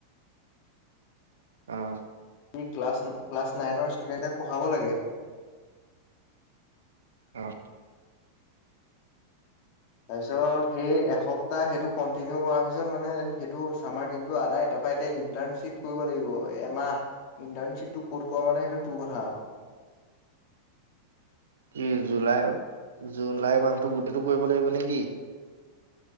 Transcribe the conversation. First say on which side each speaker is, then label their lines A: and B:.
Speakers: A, on the right; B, on the left.
A: অহ।
B: কি ক্লাছ - ক্লাছ নাইনৰ ষ্টুডেন্টক পঢ়াব লাগে।
A: অহ।
B: তাৰ পিছত সেই এসপ্তাহ সেইটো কন্টিনিউ কৰাৰ পিছত মানে সেইটো চামাৰ কেম্পটো আদায় তাৰ পা এতি ইন্টাৰণশ্বিপ কৰিব লাগিব এমাহ ইন্টাৰণশ্বিপটো ক'ত কৰ মানে সেইটো তোৰ কথা আৰু।
A: কি জুলাই - জুলাই মাহটো গোটেইটো কৰিব লাগিব নেকি?